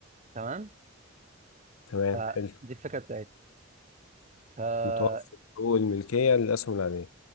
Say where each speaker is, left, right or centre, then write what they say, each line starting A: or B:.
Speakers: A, on the right; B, on the left.
A: تمام
B: تمام
A: ف
B: حلو
A: دي الفكره بتاعتها ك
B: متوسط حقوق الملكية للأسهم العادية